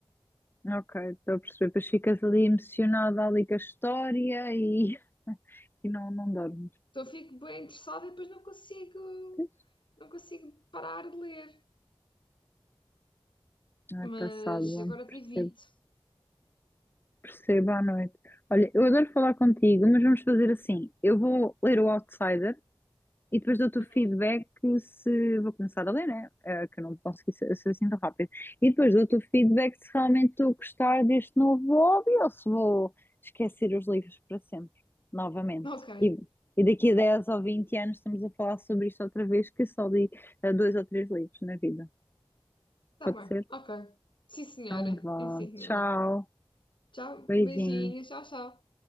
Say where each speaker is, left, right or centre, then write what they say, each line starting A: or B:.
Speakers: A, on the left; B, on the left.
A: Ok, estou a perceber. Depois ficas ali emocionada ali com a história e, e não, não dormes.
B: Então fico bem interessada e depois não consigo,
A: Pois,
B: não consigo parar de ler.
A: Não
B: Mas
A: é passado,
B: agora
A: percebo,
B: te evito.
A: percebo à noite. Olha, eu adoro falar contigo, mas vamos fazer assim. Eu vou ler o Outsider E depois dou-te
B: Uhum.
A: o feedback se vou começar a ler, né? Eh, que eu não consegui ser, ser assim tão rápido. E depois dou-te o feedback se realmente estou a gostar deste novo hobby ou se vou esquecer os livros para sempre, novamente.
B: Ok,
A: E, e daqui a 10 ou 20 anos estamos a falar sobre isto outra vez, que só li eh, dois ou três livros na vida.
B: está
A: Pode
B: bem,
A: ser?
B: ok. Sim, senhora.
A: Então vá.
B: Sim, senhora.
A: Tchau.
B: Tchau,
A: Beijinho.
B: beijinhos, tchau, tchau.